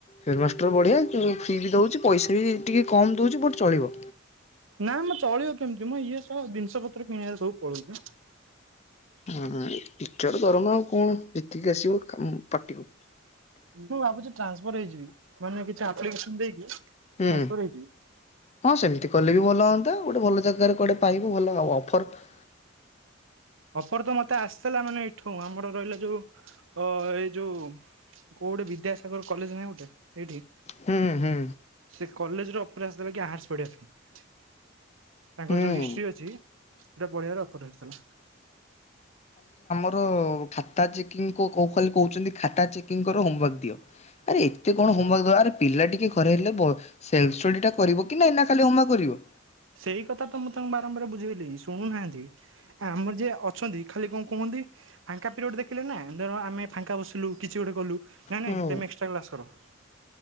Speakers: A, on the left; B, on the right.
A: ହେଡ ମାଷ୍ଟର ବଢିଆ ମ୍ ଫ୍ରିବି ଦଉଚି ପଇସା ବି ଟିକେ କମ୍ ଦଉଚି ଯେ ବଟ୍ ଚଳିବ।
B: ନା ମ ଚଳିବ କେମିତି ମ ଇଏ ସଳା ଦିନିଷ ପତ୍ର କିଣିଆରେ ସବୁ ପଳଉଚୁ।
A: ହଁ ଟିଚର ଦରମା ଆଉ କଣ ଯେତିକି ଆସିବ କା ପାଟିକୁ।
B: ମୁଁ ଭାବୁଚି ଟ୍ରାନ୍ସଫର୍ ହେଇଯିବି ମାନେ କିଛି ଆପ୍ଲିକେସନ ଦେଇକି
A: ହୁଁ
B: ଟ୍ରାନ୍ସଫର ହେଇଯିବି।
A: ହଁ ସେମିତି କଲେ ବି ଭଲ ହଅନ୍ତା ଗୋଟେ ଭଲ ଜାଗାରେ କୁଆଡେ ପାଇବୁ ଭଲ ଆଉ ଅଫର
B: ଅଫର ତ ମତେ ଆସିଥିଲା ମାନେ ଏଠୁଁ ଆମର ରହିଲା ଯୋଉ ଅ ଏଇ ଯୋଉ କୋଉ ଗଟେ ବିଦ୍ୟାସାଗର କଲେଜ ନାହିଁ ଗୋଟେ? ଏଇଠି
A: ହୁଁ ହୁଁ
B: ସେ କଲେଜରେ ଅଫର ଆସିଥିଲା କି ଆର୍ସ ପଢ଼େବା ପାଇଁ। ତାଙ୍କର
A: ହୁଁ।
B: ଯୋଉ ହିଷ୍ଟ୍ରି ଅଛି ସେଟା ପଢ଼େଇଆର ଅଫର ଆସିଥିଲା।
A: <unintelligible> ଖତା ଚକିଂ କୋ କୋ ଖାଲି କହୁଚନ୍ତି ଖାତା ଚେକିଂ କର ହୋମୱାର୍କ ଦିଅ। ଆରେ ଏତେ କଣ ହୋମୱାର୍କ ଆରେ ପିଲା ଟିକେ ଘରେ ହେଲେ ବ ସେଲଷ୍ଟଡି ଟା କରିବ କି ନାଇଁ ନା ଖାଲି ହୋମୱର୍କ କରିବ।
B: ସେଇ କଥା ତ ମୁଁ ତାଙ୍କୁ ବାରମ୍ବାର ବୁଝେଇଲି ଶୁଣୁନାହାନ୍ତି ଆ ଆମର ଯିଏ ଅଛନ୍ତି ଖାଲି କଣ କୁହୁଅନ୍ତି ଫାଙ୍କା ପିରିୟଡ ଦେଖିଲେ ନା ଧର ଆମେ ଫାଙ୍କା ବସିଲୁ କିଛି ଗୋଟେ କଲୁ ନାଇଁ
A: ହୁଁ।
B: ନଇ ତମେ ଏକ୍ସଟ୍ରା କ୍ଲାସ କର।